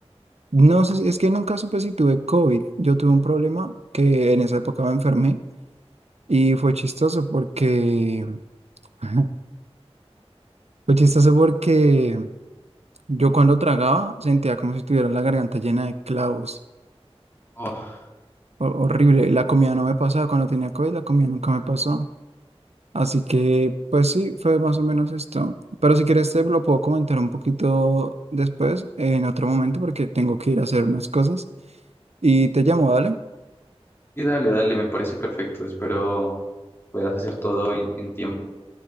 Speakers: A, on the right; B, on the left.
A: No sé, si- es que nunca supe si tuve COVID. Yo tuve un problema que en esa época me enfermé. Y fue chistoso porque, <laughs> fue chistoso porque yo cuando tragaba sentía como si tuviera la garganta llena de clavos.
B: Oh,
A: Ho- horrible. La comida no me pasaba. Cuando tenía COVID, la comida nunca me pasó. Así que, pues sí, fue más o menos esto. Pero si quieres, te lo puedo comentar un poquito después, en otro momento, porque tengo que ir a hacer unas cosas. Y te llamo, dale.
B: y dale, dale, me parece perfecto. Espero puedas hacer todo en, en tiempo.